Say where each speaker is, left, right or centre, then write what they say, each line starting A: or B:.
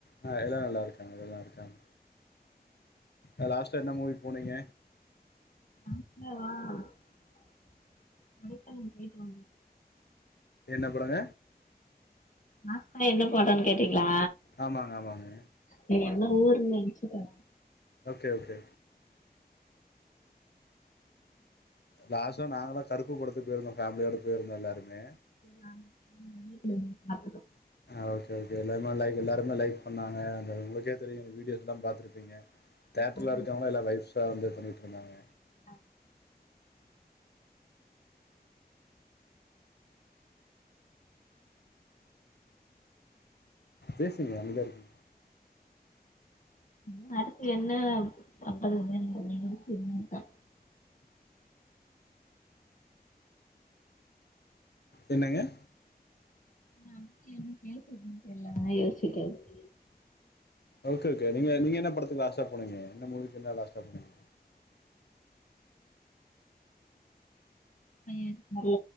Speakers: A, on the left (about 75°); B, on the left (about 50°).
A: ஆ எல்லா நல்லாருக்காங்க நல்லாருக்காங்க ஆ லாஸ்ட்டா என்ன மூவி போனீங்க
B: லாஸ்ட்டாவா <inaudible> போயிட்டு வந்தோ
A: என்ன படங்க
B: லாஸ்ட்டா என்ன படோன்னு கேட்டீங்களா
A: ஆமாங்க ஆமாங்க
B: நீ என்ன ஊருன்னு நெனச்சிட்ட
A: ஓகே ஓகே லாஸ்டா நாங்களா கருப்பு படத்துக்கு போயிருந்தோ ஃபேமிலியோட போயிருந்தோ எல்லாருமே
B: <inaudible> வீட்ல இருந்து பாத்துட்டோ
A: ஆ ஓகே ஓகே எல்லாருமே லைக் எல்லாருமே லைக் பண்ணாங்க அந்த உங்க ஜே தெரியு அந்த வீடியோஸ் எல்லா பாத்துருப்பீங்க தேட்டர்ல
B: நல்லா
A: இருக்கவங்களா எல்லா லைவ்ஸா வந்து பண்ணிட்டுருந்தாங்க
B: ஆ
A: பேசுங்க அமைதியா இருக்கீங்
B: ம் அடுத்து என்ன அப்பலருந்து எனக்கு ஒன்னே ஒன்னு <inaudible> தா
A: என்னங்க
B: இல்ல அடுத்து என்ன பேசுறதுன் தெர்ல அதா யோசிச்சிட்டே இருக்க
A: ஓகே ஓகே நீங்க நீங்க என்ன படத்துக்கு லாஸ்ட்டா போனீங்க என்ன மூவிக்கு என்ன லாஸ்ட்டா போனீங்க
B: <inaudible> ல